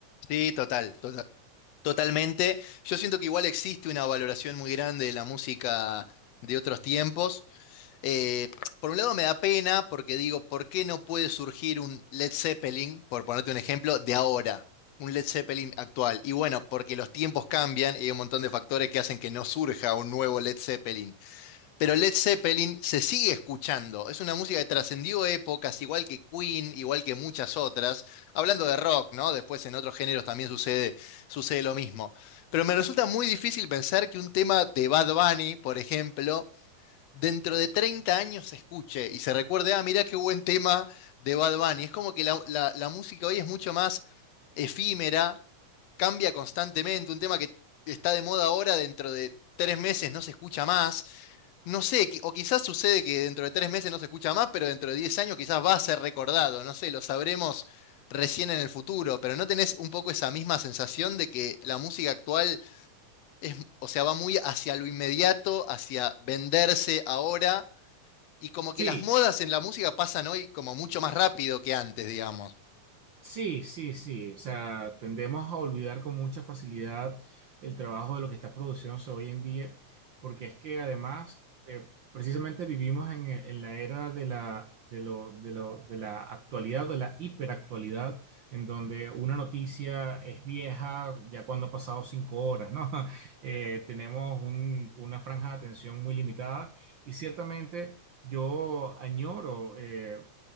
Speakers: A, on the left; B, on the right.
A: Sí, total, tota- totalmente. Yo siento que igual existe una valoración muy grande de la música de otros tiempos. Eh, por un lado me da pena porque digo, ¿por qué no puede surgir un Led Zeppelin, por ponerte un ejemplo, de ahora? Un Led Zeppelin actual. Y bueno, porque los tiempos cambian y hay un montón de factores que hacen que no surja un nuevo Led Zeppelin. Pero Led Zeppelin se sigue escuchando. Es una música que trascendió épocas, igual que Queen, igual que muchas otras. Hablando de rock, ¿no? Después en otros géneros también sucede, sucede lo mismo. Pero me resulta muy difícil pensar que un tema de Bad Bunny, por ejemplo, dentro de 30 años se escuche y se recuerde, ah, mirá qué buen tema de Bad Bunny. Es como que la, la- la música hoy es mucho más efímera, cambia constantemente, un tema que está de moda ahora dentro de tres meses no se escucha más. No sé, qui- o quizás sucede que dentro de tres meses no se escucha más, pero dentro de 10 años quizás va a ser recordado, no sé, lo sabremos recién en el futuro, pero ¿no tenés un poco esa misma sensación de que la música actual es, o sea, va muy hacia lo inmediato, hacia venderse ahora? Y como
B: Sí,
A: que las modas en la música pasan hoy como mucho más rápido que antes, digamos.
B: Sí, sí, sí. O sea, tendemos a olvidar con mucha facilidad el trabajo de lo que está produciéndose hoy en día, porque es que además, eh, precisamente vivimos en, e, en la era de la, de lo, de lo, de la actualidad, de la hiperactualidad, en donde una noticia es vieja ya cuando ha pasado cinco horas, ¿no? <laughs> Eh, tenemos un- una franja de atención muy limitada y ciertamente yo añoro. eh,